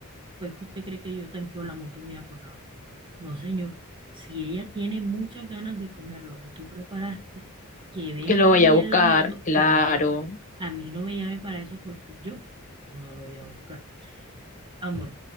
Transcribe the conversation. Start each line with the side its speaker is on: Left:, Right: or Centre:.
Right: Pues que usted cree que yo tanqueo la moto mía con agua. No, señor. Si ella tiene muchas ganas de comer lo que tú preparaste, que venga
Left: que lo vaya
Right: ella
Left: a buscar,
Right: en la moto
Left: claro.
Right: y venga a buscar. A mí no me llame para eso porque yo no lo voy a buscar. Amor,